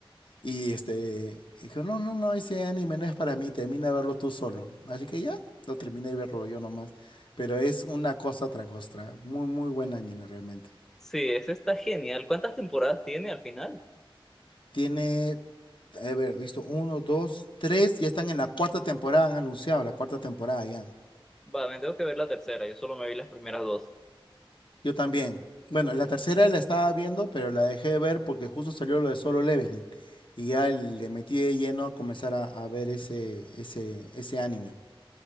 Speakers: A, on the left; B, in the centre.
A: Y este, dijo, no, no, no, ese anime no es para mí, termina de verlo tú solo. Así que ya, lo terminé de verlo yo nomás. Pero es una cosa tras otra. Muy, muy buen anime realmente.
B: Sí, ese está genial. ¿Cuántas temporadas tiene al final?
A: Tiene, a ver, visto, uno, dos, tres, ya están en la cuarta temporada, han anunciado la cuarta temporada ya.
B: Va, me tengo que ver la tercera. Yo solo me vi las primeras dos.
A: Yo también. Bueno, la tercera la estaba viendo, pero la dejé de ver porque justo salió lo de Solo Leveling. Y ya le metí de lleno a comenzar a, a ver ese, ese, ese anime.